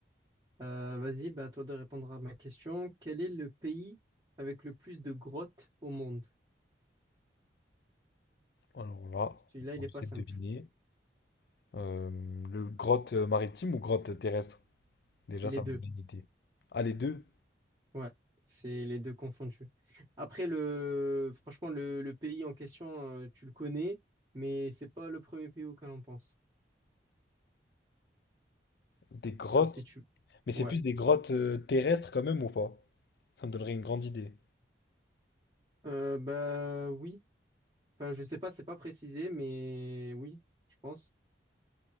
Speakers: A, on the right (about 25°); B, on the left (about 60°).
A: Euh, vas-y, bah, à toi de répondre à ma question. Quel est le pays avec le plus de grottes au monde?
B: Alors là,
A: Celui-là,
B: on
A: il est
B: essaie
A: pas simple.
B: de deviner. Euh, le grotte maritime ou grotte terrestre? Déjà,
A: Les
B: ça
A: deux.
B: me donne une idée. Ah, les deux?
A: Ouais, c'est les deux confondus. Après, le... franchement, le, le pays en question, euh, tu le connais, mais c'est pas le premier pays auquel on pense.
B: Des grottes
A: Alors, si tu...
B: Mais c'est
A: Ouais.
B: plus des grottes euh, terrestres quand même ou pas? Ça me donnerait une grande idée.
A: Euh, bah oui. Enfin, je sais pas, c'est pas précisé, mais oui, je pense.